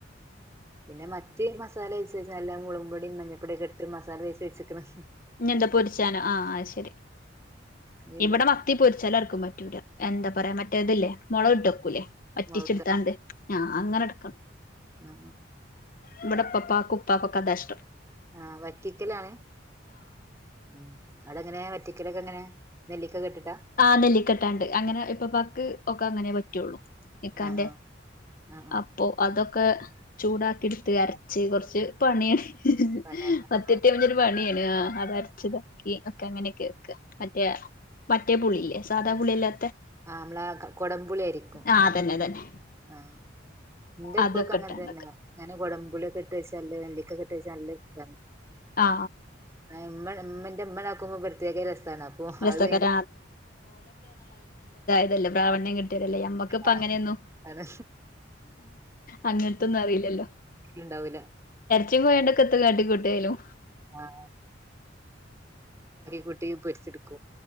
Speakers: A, on the right; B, on the left.
A: പിന്നെ മറ്റ മസാല വേച്ച വെ നല്ല മുളും പൊടിും മഞ്ഞൾപ്പൊിയ ഒക്കെട്ട് മസാല വേച്ചച്ച് വെച്ചക്കണം
B: എന്താ പൊരിച്ചാല ആ ശരി
A: ഇനി
B: ഇവിടെ മത്തി പറ്റില്ലപൊരിച്ചാലആർക്കും പറ്റൂ എന്താ പറയാ മറ്റേതല്ലേ മുള ഇട്ടൊക്കൂലേ പറ്റിച്ചെടുത്താണ്ട്
A: മുളകിട്ട്
B: അങ്ങനെ എടുക്കണം
A: ആ
B: ഇവിടെ ഉപ്പാപ്പക്കും ഉപ്പാക്കുമൊക്കെ അതാ ഇഷ്ട്ടം
A: ആ വറ്റിക്കലാണ് ഉ അവിടെങ്ങനെ വറ്റ വറ്റിക്കല്ലെയൊക്കെ എങ്ങനെ നെല്ലിക്കയൊക്കെ ഇ
B: ആ നെല്ലിക്കടാണ്ട് അങ്ങനെ ഉപ്പാപ്പക്ക് ഒക്കെ അങ്ങനെ പറ്റുള്ളു നിക്കാന്റെ
A: ആഹ് ആഹ് ആഹ് ആഹ്
B: അപ്പൊ അതൊക്കെ ചൂടാക്കി എടുത്ത് അരച്ച് കൊറച്ച് പണിയാണ്
A: പടയണ
B: മത്തിട്ടഞ്ഞരു
A: ആഹ് ആഹ്
B: പണിയാണ് ആ അത്രച്ചുതാക്കി ഒക്കെ അങ്ങനെയൊക്കെ വെക്ക മറ്റേ മറ്റേ പുളിയില്ലേ സാധ പുളിയാ
A: ആ അമ്മാള ക കൊടമ്പുളിയായിയിരിക്കും
B: ആ അതന്നെ അതന്നെ
A: ആ എന്റെ
B: അതൊക്കെ
A: ഇപ്പൊക്കെ അങ്ങനെത്തന്നെയാ
B: ഇട്ടാണ്ട്
A: അങ്ങനെ കൊടമ്പുളിയൊക്കെ ഇട്ട് വെച്ചാ അല്ലെ നെല്ലിക്കക്കെ ഇട്ട് വെച്ചാ നല്ല ഇഷ്ടാ
B: ആ
A: ഏഹ് ഇമ്മ ഇമ്മന്റെ ഇമ്മളാക്കുമ്പോ പ്രത്യേക രസാണ് അപ്പൊ
B: രസകര
A: അത്
B: അതല്ല പ്രാവണ്യം കിട്ടിയോരല്ലേ യമ്മക്കിപ്പോ
A: ആ
B: അങ്ങനെയൊന്നും
A: ആണ്
B: അങ്ങനത്തൊന്നും അറിയില്ലല്ലോ
A: ഇണ്ടാവൂല
B: ജ്ജ് പോയേണ്ടക്കത്ത് കാട്ടികൂട്ടിയായാലും
A: ആഹ് കുട്ടീം പൊരിച്ചെടുക്കും